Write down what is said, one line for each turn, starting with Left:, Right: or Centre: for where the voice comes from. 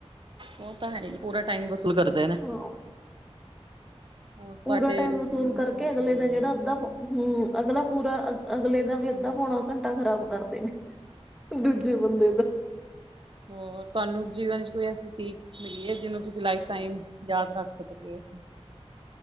Right: ਉਹ ਤਾਂ ਹੈ ਪੂਰਾ ਟਾਈਮ ਵਸੂਲ ਕਰਦੇ ਨੇ,
Centre: ਹਾਂ,
Right: ਹੋਰ
Centre: ਪੂਰਾ
Right: ਤੁਹਾਡੇ
Centre: ਟਾਈਮ
Right: ਹੂੰ
Centre: ਵਸੂਲ ਕਰਕੇ ਅਗਲੇ ਦਾ, ਜਿਹੜਾ ਅੱਧਾ ਹੂੰ, ਅਗਲਾ ਪੂਰਾ ਅ ਅਗਲੇ ਦਾ ਵੀ ਅੱਧਾ ਪਾਉਣਾ ਘੰਟਾ ਖ਼ਰਾਬ ਕਰਦੇ ਨੇ, ਦੂਜੇ ਬੰਦੇ ਦਾ
Right: ਔਰ ਤੁਹਾਨੂੰ ਜੀਵਨ ਚ, ਕੋਈ ਅਸੀਂ ਸੇਕ ਮਿਲੀ ਹੈ ਜਿਹਨੂੰ ਤੁਸੀਂ ਲਾਈਫ ਟਾਈਮ ਯਾਦ ਰੱਖ ਸਕਦੇ ਹੋ,